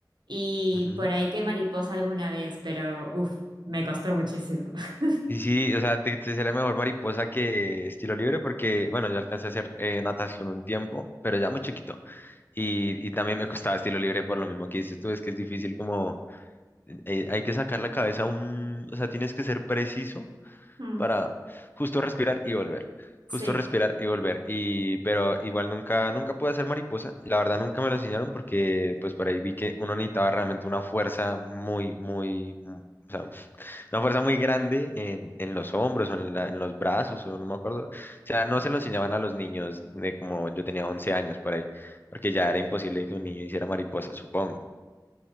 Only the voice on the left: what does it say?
ujú.
Y sí, o sea, te, te será mejor mariposa que estilo libre, porque, bueno, yo alcancé a hacer eh, natación un tiempo, pero ya muy chiquito. Y, y también me costaba estilo libre por lo mismo que dices tú, es que es difícil como, eh, hay que sacar la cabeza un, o sea, tienes que ser preciso
para justo respirar y volver.
Justo respirar y volver. Y, pero igual nunca, nunca pude hacer mariposa. La verdad nunca me lo enseñaron porque pues por ahí vi que uno necesitaba realmente una fuerza muy, muy, mm, o sea, una fuerza muy grande en, en los hombros o en, la- en los brazos, o no me acuerdo. O sea, no se lo enseñaban a los niños de como yo tenía 11 años por ahí, porque ya era imposible que un niño hiciera mariposa, supongo.